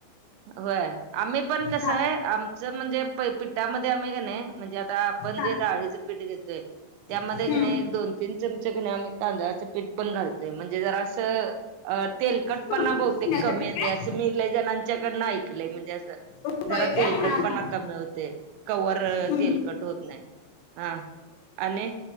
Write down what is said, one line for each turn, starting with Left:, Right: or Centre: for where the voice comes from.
Right: होय आम्ही पण कसंय
Left: हा
Right: आमचं म्हणजे पिठामध्ये आम्ही ग नाही म्हणजे आता आपण
Left: हा
Right: जे डाळीच पीठ घेतोय त्यामध्ये
Left: हम्म.
Right: घेणे एक दोन तीन चमचे घेणे आम्हि कनी तांदळाच पीठ पण घालतोय म्हणजे जरास तेलकट
Left: कुरकुरीत
Right: पणा बहुतेक
Left: होण्यासाठी
Right: कमी येते
Left: काय
Right: अस मी लयी जणांच्याकडं ऐकलंय म्हणजे असं
Left: होय
Right: जरा
Left: काय
Right: तेलकट
Left: हा
Right: पणा
Left: हा
Right: कमी होतय कवर
Left: हम्म.
Right: तेलकट होत नाही हां आणि